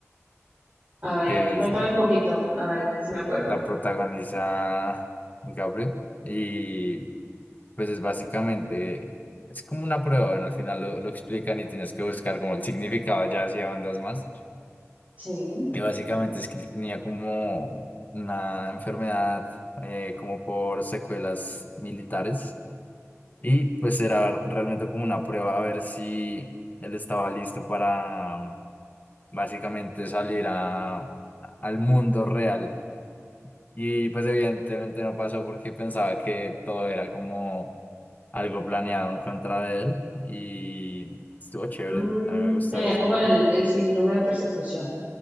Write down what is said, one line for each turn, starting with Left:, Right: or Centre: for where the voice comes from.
Right: A ver,
Left: que
Right: cuéntame
Left: es
Right: un poquito, a ver si me acuerdo.
Left: La protagoniza Gabriel y pues es básicamente, es como una prueba, ¿no? Al final lo, lo explican y tienes que buscar como el significado ya hacia bandas más.
Right: Sí.
Left: Y básicamente es que él tenía como una enfermedad eh, como por secuelas militares y pues era realmente como una prueba a ver si él estaba listo para básicamente salir a, al mundo real. Y pues evidentemente no pasó porque pensaba que todo era como algo planeado en contra de él y estuvo chévere,
Right: Mm,
Left: a mí me gustó
Right: tenía
Left: eso.
Right: como el, el síndrome de persecución.